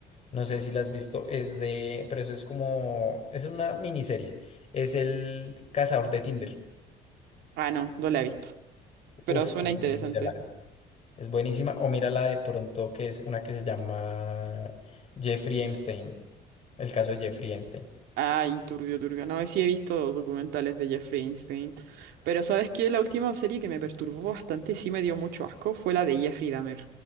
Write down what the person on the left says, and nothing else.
No sé si la has visto. Es de, pero eso es como, es una miniserie. Es el cazador de Tinder.
Uf,
mírala,
es, es buenísima. O mírala de pronto que es una que se llama Jeffrey Epstein. El caso de Jeffrey Epstein.